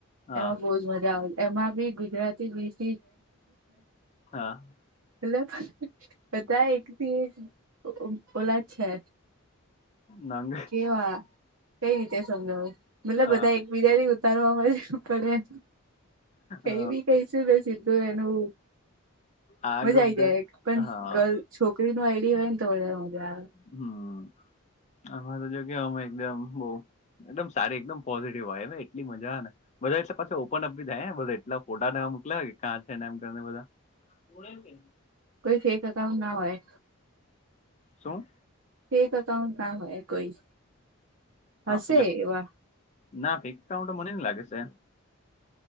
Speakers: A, on the left (about 35°); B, on the right (about 75°).
A: હા
B: એમાં બહુ જ મજા આવે. એમાં બી ગુજરાતી ગીત.
A: હા
B: મતલબ બધા એકથી એક ઓલા છે.
A: નાંગ
B: કેવા, કઈ રીતે સમજાવું, મતલબ
A: અ
B: બધા એકબીજાથી ઉતારવા હોય છે. પણ કઈ
A: અ
B: બી કઈશું ને સીધું એનું
A: આ
B: મજા
A: ગ્રુપ
B: આઈ
A: જરાક
B: જાય એક પણ
A: હા
B: છોકરી ન આઈડી હોય ને તો વધારે મજા આવે.
A: હમ આમાં તો જો કેમાં એકદમ બઉ. એકદમ સારી એકદમ પોઝિટિવ આવે એટલી મજા ને. બધા એટલે પાછ ઓપન અપ બી થાય બધ એટલા ફોટાવા મોક્યા ક છેને એમને બધા. <inaudible>
B: કોઈ ફેક અકાઉન્ટ ના હોય.
A: શું?
B: ફેક અકાઉંન્ટ ના હોય કોઈ.
A: હા
B: હશે
A: એટલે
B: એવા
A: ના ફેંક કાઉન્ટ તો મને ની લાગે સે.